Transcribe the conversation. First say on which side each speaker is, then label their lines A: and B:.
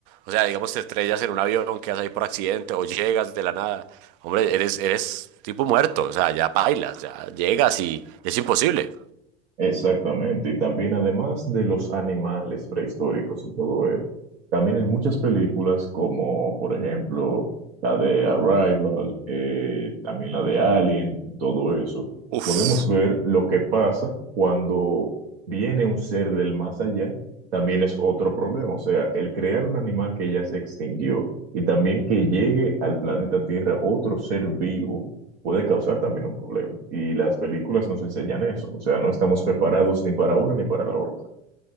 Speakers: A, on the right; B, on the right.
A: o sea, digamos te estrellas en un avión, quedas ahí por accidente o llegas de la nada. Hombre, eres, eres tipo muerto, o sea, ya bailas, ya llegas y es imposible.
B: Exactamente, y también además de los animales prehistóricos y todo eso, también en muchas películas como por ejemplo la de Arrival, eh, también la de Alien y todo eso,
A: Uf.
B: podemos ver lo que pasa cuando viene un ser del más allá, también es otro problema, o sea, el crear un animal que ya se extinguió y también que llegue al planeta Tierra otro ser vivo puede causar también un problema. Y las películas nos enseñan eso, o sea, no estamos preparados ni para una ni para la otra.